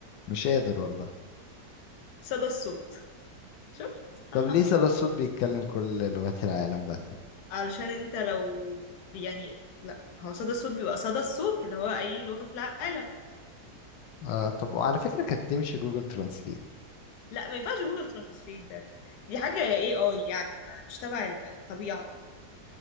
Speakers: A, on the left; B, on the left.
A: مش قادر والله
B: صدى الصوت شفت <laughs>
A: طب ليه سبب الصوت بيتكلم كل لغات العالم بقى
B: علشان انت لو يعني لا هو صدى الصوت بيبقى صدى الصوت اللي هو أي لغة في العالم
A: آه... طب وعلى فكرة كانت تمشي جوجل ترانسليت
B: لا ما ينفعش جوجل ترانسليت ده دي حاجة اي اي يعني ما مش تبع الطبيعة